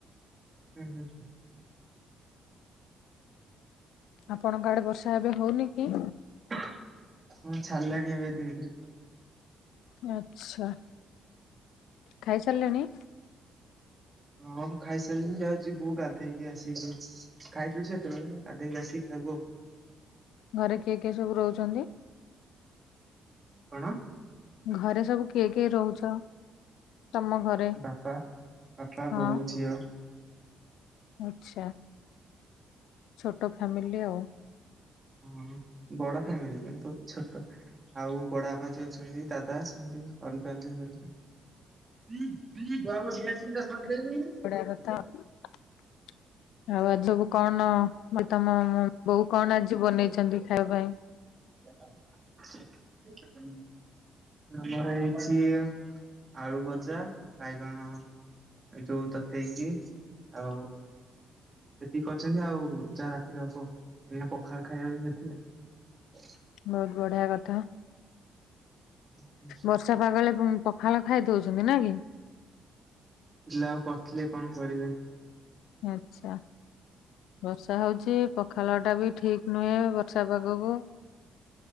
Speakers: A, on the right; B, on the left.
A: ହୁଁ ହୁଁ <inaudible>
B: ଆପଣଙ୍କ ଆଡେ ବର୍ଷା ଏବେ ହଉନି କି?
A: ହଁ ଛାଡ଼ିଲାଣି ଏବେ ଧୀରେ ଧୀରେ।
B: ଆଚ୍ଛା। ଖାଇସାରିଲେଣି?
A: ହଁ ମୁଁ ଖାଇସାରିଲିନି ଯାଉଛି ଯିବୁ ଗାଧେଇକି ଆସିବୁ। ଖାଇଥିଲୁ ସେତେବେଳେ ଗାଧେଇକି ଆସିକି ଖାଇବୁ ଆଉ।
B: ଘରେ କିଏ କିଏ ସବୁ ରହୁଛନ୍ତି?
A: କଣ?
B: ଘରେ ସବୁ କିଏ କିଏ ରହୁଛ? ତମ ଘରେ
A: ବାପା ବାପା ବୋଉ
B: ହଁ?
A: ଝିଅ
B: ଆଚ୍ଛା। ଛୋଟ ଫ୍ୟାମିଲି ଆଉ।
A: ହଁ ବଡ ଫ୍ୟାମିଲି କିନ୍ତୁ ଛୋଟ ଆଉ ବଡବାପା ଜିଏ ଅଛନ୍ତି ଦାଦା ଅଛନ୍ତି ଅଲଗା <inaudible> <inaudible>
B: ବଢିଆ କଥା ଆଉ ଆଉ ଆଜି ସବୁ କନ ମୁଁ କଇଲି ତମ ବୋଉ କଣ ଆଜି ବନେଇଛନ୍ତି ଖାଇବା ପାଇଁ?
A: <inaudible> ଆମର ହେଇଛି ଆଳୁ ଭଜା ବାଇଗଣ ଯୋଉ ତତେଇକିି ଆଉ ହେତିକି କରିଛନ୍ତି ଆଉ ଯାହା ରାତିରେ ହବ ଏଇନେ ପଖାଳ ଖାଇବା ପାଇଁ ଏତିକି ଆଉ।
B: ବହୁତ ବଢିଆ କଥା
A: ଆଉ।
B: ବର୍ଷା ପାଗ ହେଲେ ପଖାଳ ଖାଇ ଦଉଛନ୍ତି ନା କି?
A: ଥିଲା ଆଉ କରିଥିଲେ କଣ କରିବେ?
B: ଆଚ୍ଛା। ବର୍ଷା ହଉଛି ପଖାଳ ଟା ବି ଠିକ ନୁହେଁ ବର୍ଷା ପାଗକୁ।